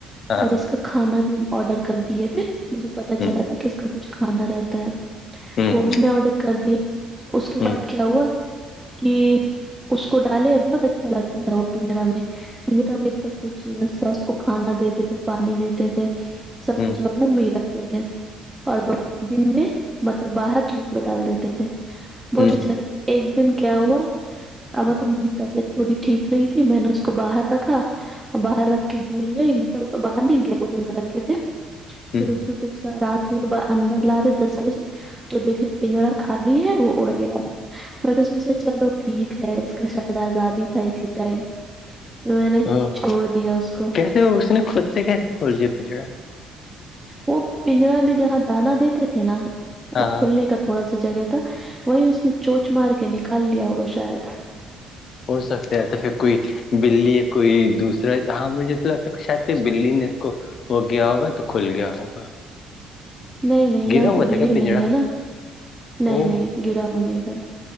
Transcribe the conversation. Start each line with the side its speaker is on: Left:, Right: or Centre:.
Left: ہاں
Right: اور
Left: ہاں
Right: اس کا کھانا بھی آڈر کر دیے تھے مجھے پتا
Left: ہ
Right: چلا
Left: ہ
Right: تھا کس کا کچھ کھانا رہتا ہے
Left: ہ ہ ہ
Right: وہ بھی
Left: ہ
Right: میں آڈر کر دی اس
Left: ہ
Right: کے بعد کیا ہوا کہ اس کو ڈالے بہت اچھا لگتا تھا وہ پنجرا میں م اب تک خچی سس کو کھانا دیتے تھے پانی دیتے تھے سب
Left: ہ
Right: کچھ آپ م ہی رکھتے ہیں اور دن میں مطلب باہر دھوپ میں ڈال دیتے تھے بہت
Left: ہ
Right: اچھا ایک دن کیا ہوا اب تو میری طبیعت تھوڑی ٹھیک نہیں تھی میں نے اس کو باہر رکھا باہر رکھ کے دھول گ مطلب باہر نہیں گئے ا میں رکھے تھے
Left: ہ
Right: پھر اس کو جب رات اندر لا رہے دس بجے تو دیکھ رہے پنجرا خالی ہے وہ اڑ گیا پر سوچا چلو ٹھیک ہے اس کا شاید آزادی تھا اسی ٹائم پ میں
Left: ہ
Right: نے چھوڑ دیا اس کو
Left: کیسے اس نے خود سے کیسیے کھول دییا اپنی جگہ
Right: وہ پنجرا میں جہاں دانا دیتے تھے نا
Left: ہاں
Right: وہ کھلنے کا تھوڑا سا جگہ تھا وہی اس نے چوچ مار کے نکال لیا ہوگا شاید
Left: ہو سکتا ہے تو پھر کوئی بلی کوئی دوسرا ہاں مجھے تو لگتا ہے شاید کہ بلی نے اس کو وہ گیا ہوگا تو کھل گیا ہوگا
Right: نہیں نہیں یہاں
Left: گرا ہوا
Right: پہ بلی
Left: تھا کیا پنجڑا
Right: نہیں ہے نا نہیں
Left: او
Right: نہیں گرا ہو نہیں تھا